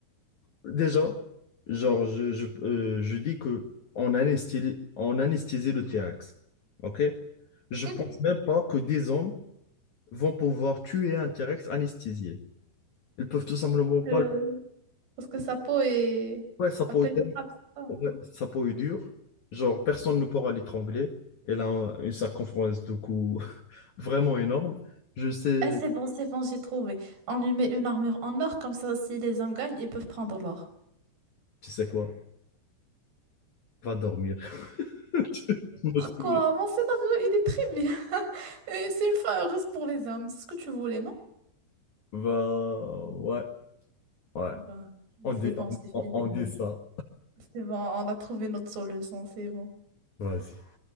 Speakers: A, on the left; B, on the right.
A: déjà, genre, je, je, euh, je dis que on anesthésie, on anesthésie le T-Rex. OK? Je
B: <laughs>
A: pense même pas que des hommes vont pouvoir tuer un T-Rex anesthésié. Ils peuvent tout simplement pas
B: Euh,
A: le...
B: Parce que sa peau est
A: Ouais, ça pourrait
B: à peine trappe, c'est ça.
A: Ouais, sa peau est dure, genre personne ne pourra l'étrangler. Elle a un- une circonférence de cou <laughs> vraiment énorme. Je sais,
B: Ah, c'est bon, c'est bon, j'ai trouvé. On lui met une armure en or, comme ça, si les hommes gagnent, ils peuvent prendre l'or.
A: tu sais quoi, va dormir. <laughs> Je me souviens.
B: Quoi? Mon scénario, il est très bien. <laughs> Et c'est une fin heureuse pour les hommes. C'est ce que tu voulais, non?
A: Va, ouais, ouais,
B: Eh ben,
A: on
B: c'est
A: dit,
B: bon,
A: on,
B: c'est fini.
A: on- on dit ça.
B: C'est bon, on a trouvé notre solution, c'est bon.
A: Vas-y.